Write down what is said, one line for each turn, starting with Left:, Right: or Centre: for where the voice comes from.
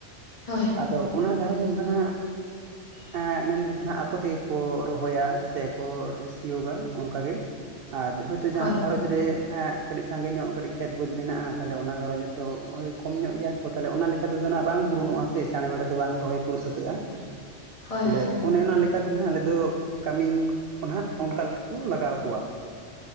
Left: ᱦᱳᱭ
Right: ᱟᱫᱚ ᱚᱱᱟ ᱜᱷᱟᱨᱚᱸᱡᱽ ᱨᱮᱫᱚ ᱱᱟᱦᱟᱜ
Left: <inaudible>
Right: ᱮᱸᱜ ᱢᱮᱱᱛᱮᱫᱚ ᱱᱟᱜ ᱟᱠᱚ ᱛᱮᱜᱮ ᱠᱚ ᱨᱚᱦᱚᱭᱟ ᱥᱮᱠᱚ ᱥᱤᱭᱳᱜᱟ ᱚᱝᱠᱟᱜ ᱜᱮ ᱟᱨ ᱦᱚᱳᱭᱛᱳ ᱡᱟᱦᱟᱸ
Left: ᱦᱳᱭ
Right: ᱜᱷᱟᱸᱨᱚᱡᱽ ᱨᱮ ᱮᱸᱜ ᱠᱟᱹᱴᱤᱡ ᱥᱟᱸᱜᱮ ᱧᱚᱜ ᱠᱟᱹᱴᱤᱡ ᱠᱷᱮᱛ ᱵᱟᱹᱫᱽ ᱢᱮᱱᱟᱜᱼᱟ ᱛᱟᱞᱦᱮ ᱚᱱᱟ ᱜᱷᱟᱸᱨᱚᱡᱽ ᱨᱮᱫᱚ ᱠᱚᱢ ᱧᱚᱜ ᱜᱮᱭᱟ ᱠᱚ ᱛᱟᱞᱦᱮ ᱚᱱᱟ ᱞᱮᱠᱟᱛᱮᱫᱚ ᱱᱟᱦᱟᱜ ᱵᱟᱝ ᱯᱩᱨᱩᱱᱚᱜᱼᱟ ᱥᱮ ᱪᱟᱬᱮ ᱢᱟᱲᱮ ᱫᱚ ᱵᱟᱝ ᱨᱚᱦᱚᱭ ᱯᱩᱨᱟᱹᱜ ᱥᱟᱹᱛᱟᱹᱜᱼᱟ
Left: <inaudible>
Right: ᱛᱟᱞᱦᱮ
Left: ᱦᱳᱭ
Right: ᱚᱱᱮ ᱚᱱᱟ ᱞᱮᱠᱟᱛᱮ ᱱᱟᱦᱟᱜ ᱟᱞᱮ ᱫᱚ ᱠᱟᱹᱢᱤᱱ ᱠᱚ ᱱᱟᱦᱟᱜ ᱚᱱᱠᱟ ᱞᱮᱠᱟ ᱠᱚ ᱞᱟᱜᱟᱣ ᱠᱚᱣᱟ